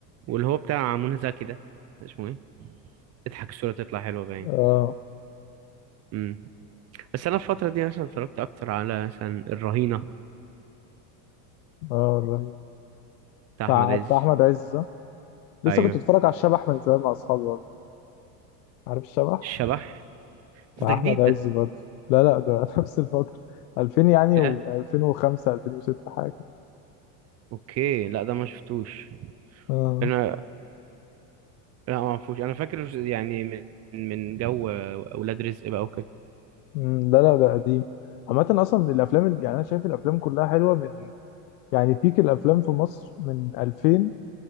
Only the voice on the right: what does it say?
واللي هو بتاع منى زكي ده اسمه ايه اضحك الصورة تطلع حلوة باين
امم بس انا الفتره دي مثلا اتفرجت اكتر على مثلا الرهينه
بتاع
احمد عز
ايوه
الشبح
بس ده
جديد
ده
ايه
اوكي لا ده ما شفتوش
انا لا ما اعرفوش انا فاكر يعني من من جو اولاد رزق بقى وكده